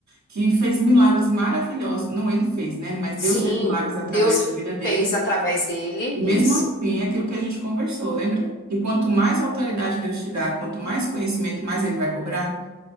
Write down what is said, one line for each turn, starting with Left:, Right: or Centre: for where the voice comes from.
Right: que fez milagres maravilhosos. Não ele fez, né? Mas
Left: Sim,
Right: Deus fez milagres através
Left: Deus
Right: da vida dele.
Left: fez através dele
Right: E mesmo
Left: isso.
Right: assim, é aquilo que a gente conversou, lembra? Que quanto mais autoridade Deus te dá, quanto mais conhecimento, mais ele vai cobrar.